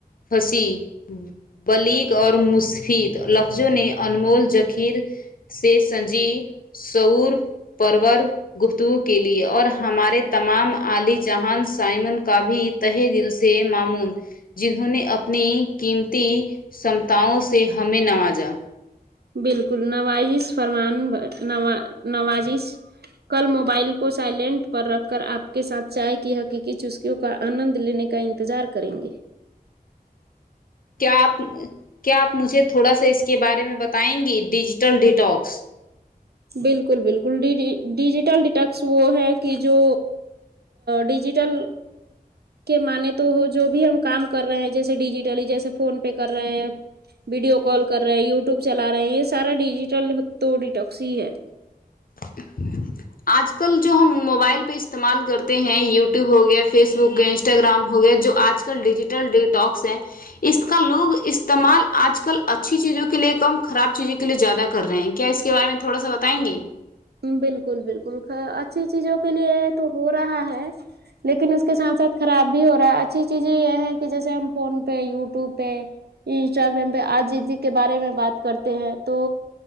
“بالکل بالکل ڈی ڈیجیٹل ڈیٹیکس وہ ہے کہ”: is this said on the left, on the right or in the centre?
Right